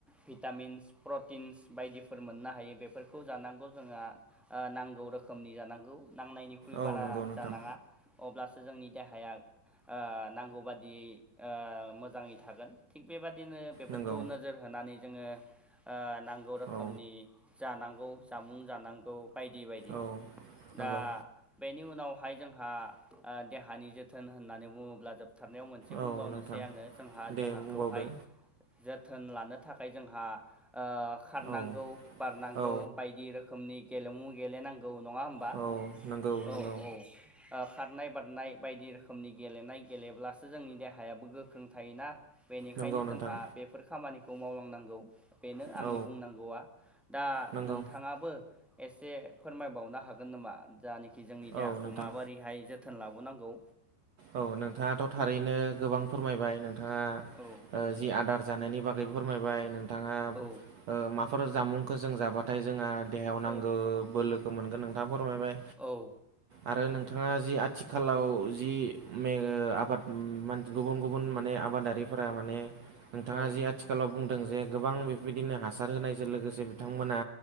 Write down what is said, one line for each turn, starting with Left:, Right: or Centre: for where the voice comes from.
Centre: भिटामिनस प्रटिनस बायदिफोर मोननो हायो बेफोरखौ जानांगौ जोंहा ओ नांगौ रोखोमनि जानांगौ नांनायनि
Right: औ
Centre: बारा
Right: नंगौ नोंथां
Centre: जानाङा अब्लासो जोंनि देहाया ओ नांगौ बादियै ओ मोजाङै थागोन थिग बेबादिनो बेफोरखौ
Right: नंगौ
Centre: नोजोर होनानै जोङो आ नांगौ रोखोमनि
Right: औ
Centre: जानांगौ जामुं जानांगौ बायदि बायदि
Right: औ नंगौ
Centre: दा बेनि उनावहाय जोंहा ओ देहानि जोथोन होननानै बुङोब्ला जों जोबथारनायाव मोनसे
Right: औ
Centre: बुंबावनोसै
Right: नोंथां
Centre: आङो जोंहा
Right: दे
Centre: देहाखौहाय
Right: बुंबावदो
Centre: जोथोन लानो थाखाय जोंहा ओ खारनांगौ
Right: औ
Centre: बारनांगौ
Right: औ
Centre: बायदि रोखोमनि गेलेमु गेलेनांगौ नङा होमबा? बा
Right: औ नंगौ
Centre: औ
Right: नंगौ
Centre: औ। ओ खारनाय बारनाय बायदि रोखोमनि गेलेनाय गेलेब्लासो जोंनि देहायाबो गोख्रों थायोना। बेनिखायनो
Right: नंगौ
Centre: जोंहा
Right: नोंथां
Centre: बेफोर खामानिखौ मावलांनांगौ बेनो आंनि
Right: औ
Centre: बुंनांगौआ दा
Right: नंगौ
Centre: नोंथाङाबो एसे फोरमायबावनो हागोन नामा? जानाखि जोंनि देहाखौ
Right: औ नोंथां
Centre: माबोरैहाय जोथोन लाबोनांगौ?
Right: औ नोंथाङाथ' थारैनो गोबां फोरमायबाय नोंथाङा
Centre: औ
Right: ओ जि आदार जानायनि बागै फोरमायबाय नोंथाङा ओ
Centre: औ
Right: माफोर जामुंखौ जों जाबाथाय जोंहा देहायाव
Centre: औ
Right: नांगौ बोलोखौ मोनगोन नोंथाङा फोरमायबाय।
Centre: औ
Right: आरो नोंथाङा जि आथिखालाव जि मे आबाद गुबुन गुबुन माने आबादारिफोरा माने नोंथाङा
Centre: औ
Right: जि आथि खालाव बुंदों जे गोबां बेबायदिनो हासार होनायजों लोगोसे बिथांमोना